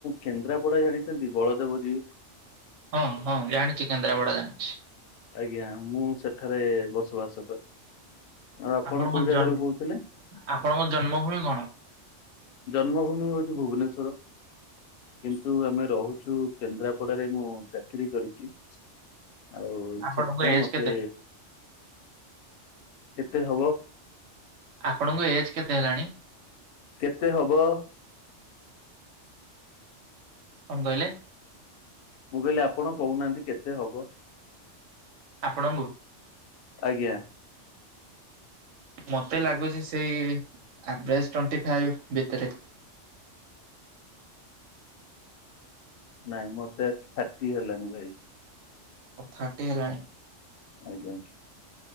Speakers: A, on the left; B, on the right.
A: କେନ୍ଦ୍ରାପଡା ଜାଣିଛନ୍ତି ବଳଦେବ ଜୀଉ।
B: ହଁ ହଁ ଜାଣିଛି କେନ୍ଦ୍ରାପଡା ଜାଣିଛି।
A: ଆଜ୍ଞା ମୁଁ ସେଠାରେ ବସବାସ କରେ। ଆଉ ଆପଣ
B: ଆପଣଙ୍କ
A: କୋଉ ଜାଗାରୁ
B: ଜନ୍
A: କହୁଥିଲେ?
B: ଆପଣଙ୍କ ଜନ୍ମଭୂମି କଣ?
A: ଜନ୍ମଭୂମି ହଉଛି ଭୁବନେଶ୍ଵର କିନ୍ତୁ ଆମେ ରହୁଛୁ। କେନ୍ଦ୍ରାପଡାରେ ମୁଁ ଚାକିରି କରିଛି। ଆଉ
B: ଆପଣଙ୍କ
A: ସେଥିପାଇଁ
B: ଏଜ୍
A: ମତେ
B: କେତେ?
A: କେତେ ହବ।
B: ଆପଣଙ୍କ ଏଜ୍ କେତେ ହେଲାଣି?
A: କେତେ ହବ।
B: କଣ କହିଲେ?
A: ମୁଁ କହିଲି ଆପଣ କହୁନାହାନ୍ତି କେତେ ହବ?
B: ଆପଣଙ୍କୁ
A: ଆଜ୍ଞା।
B: ମତେ ଲାଗୁଛି ସେଇ ଆଭରେଜ ଟ୍ୱେଟି ଫାଇବ ଭିତରେ।
A: ନାଇଁ ମତେ ଷାଠିଏ ହେଲାଣି ଭାଇ।
B: ଥାଟି ହେଲାଣି?
A: ଆଜ୍ଞା।